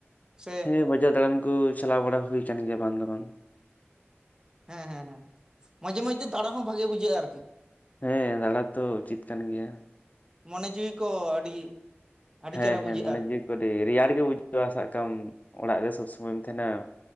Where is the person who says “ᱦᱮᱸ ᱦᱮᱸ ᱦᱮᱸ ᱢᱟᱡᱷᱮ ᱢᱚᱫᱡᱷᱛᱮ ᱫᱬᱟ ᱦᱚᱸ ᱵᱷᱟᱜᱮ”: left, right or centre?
Right